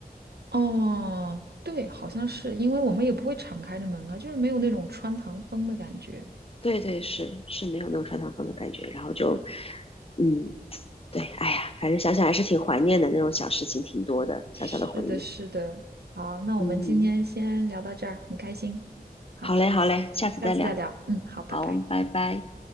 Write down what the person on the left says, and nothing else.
对对，是是没有那种穿堂风的感觉，然后就，嗯。对，哎呀，反正想想还是挺怀念的，那种小事情挺多的，小小的回忆。
嗯，
好嘞，好嘞，下次再聊。
好，拜拜。